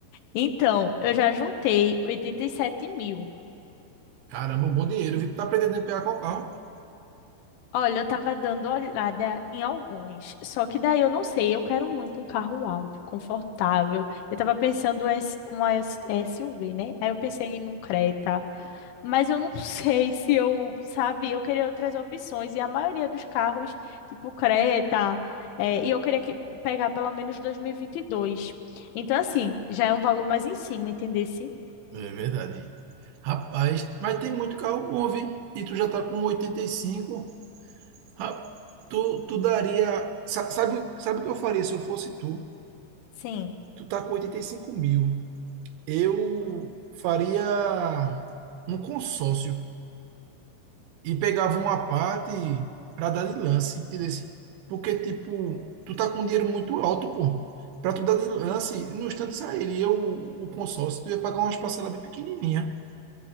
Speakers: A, on the left (about 75°); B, on the right (about 80°).
A: Então, eu já juntei 87 mil.
B: Caramba, um bom dinheiro, vi. Tu tá pretendendo pegar qual carro?
A: Olha, eu tava dando olhada em alguns, só que daí eu não sei, eu quero muito um carro alto, confortável. Eu tava pensando em uma S- SUV, né? Aí eu pensei num Creta, Mas eu não <laughs> sei se eu, sabe, eu queria outras opções. E a maioria dos carros, tipo Creta, eh, e eu queria que, pegar pelo menos 2022. Então, assim, já é um valor mais em cima, entendesse?
B: É verdade. Rapaz, mas tem muito carro bom, vi. E tu já tá com 85? Ra- Tu, tu daria. sa- Sabe, o- sabe o que eu faria se eu fosse tu?
A: Sim.
B: Tu tá com 85 mil. Eu faria um consórcio e pegava uma parte pra dar de lance, entendeu? Porque, tipo, tu tá com um dinheiro muito alto, pô. Pra tu dar de lance, no instante sairia o, o o consórcio, tu ia pagar umas parcelas bem pequenininha.